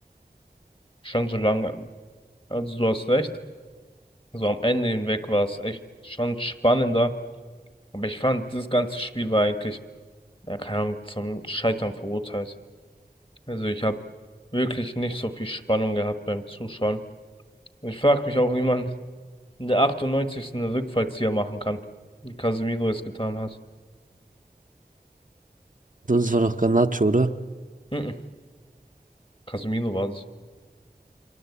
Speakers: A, on the left (about 30°); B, on the right (about 55°).
A: Schon so lange. Also du hast recht. Also am Ende hinweg war es echt schon spannender. Aber ich fand, das ganze Spiel war eigentlich, ja, keine Ahnung, zum Scheitern verurteilt. Also ich habe wirklich nicht so viel Spannung gehabt beim Zuschauen. Ich frage mich auch, wie man in der 98. einen Rückfallzieher machen kann, wie Casemiro es getan hat.
B: Sonst war doch Garnacho, oder?
A: Mhm. Casemiro war das.